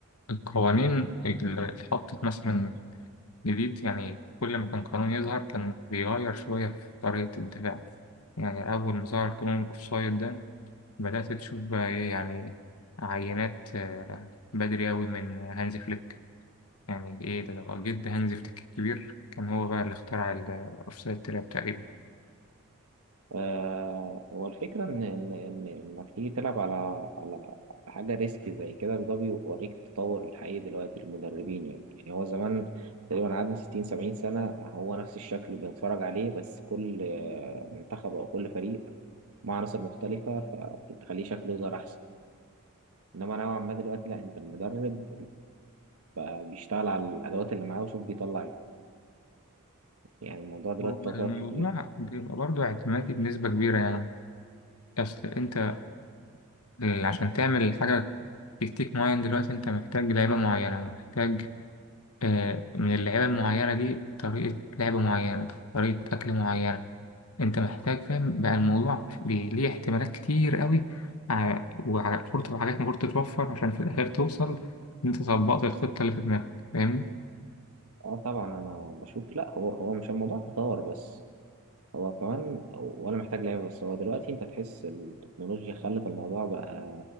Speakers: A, on the left; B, on the right.
A: القوانين اللي اتحطت مثلا جديد يعني كل ما كان قانون يظهر كان بيغير شوية في طريقة الدفاع يعني أول ما ظهر قانون الأوفسايد ده بدأت تشوف بقى إيه يعني عينات آه، بدري أوي من هانزي فليك يعني إيه ده لو جد هانزي فليك الكبير كان هو بقى اللي اخترع الأوفسايد تراب تقريبا
B: آه هو الفكرة إن إن إن إنك تيجي تلعب على على على حاجة ريسكي زي كده ده بيوريك التطور الحقيقي دلوقتي للمدربين يعني يعني هو زمان تقريبا قعدنا 60 70 سنة هو نفس الشكل بنتفرج عليه بس كل آه، منتخب أو كل فريق مع عناصر مختلفة فتخليه شكله ظهر أحسن انما نوعا ما دلوقتي لا انت المدرب بقى بيشتغل على الادوات اللي معاه وشوف بيطلع ايه يعني الموضوع دلوقتي
A: هو
B: تطور
A: الموضوع
B: كتير
A: بيبقى برضه اعتمادي بنسبة كبيرة يعني أصل أنت عشان تعمل حاجة تكتيك معين دلوقتي أنت محتاج لعيبة معينة محتاج آه، من اللعيبة المعينة دي طريقة لعب معينة طريقة أكل معينة أنت محتاج فاهم بقى الموضوع بي- ليه احتمالات كتير قوي ع- وعلى فرصة وحاجات المفروض تتوفر عشان في الآخر توصل إن أنت طبقت الخطة اللي في دماغك فاهمني؟
B: اه طبعا انا بشوف لا هو هو مش الموضوع تطور بس هو كمان ولا محتاج لعيبه بس هو دلوقتي انت تحس التكنولوجيا خلت الموضوع بقى